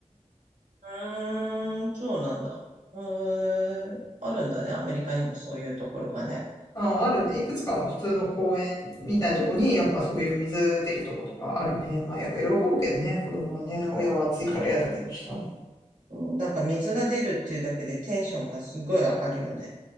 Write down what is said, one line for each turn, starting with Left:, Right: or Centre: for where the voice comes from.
Right: うーん、そうなんだ。へえ、あるんだね。アメリカにもそういうところがね。
Left: ああるね。いくつか普通の公園みたいなとこに、やっぱそういう水出るとことかあるね。まあ、やっぱ喜ぶけどね、子供はね。親は暑いから嫌だけどさ。
Right: うんなんか水が出るっていうだけでテンションがすごい上がるよね。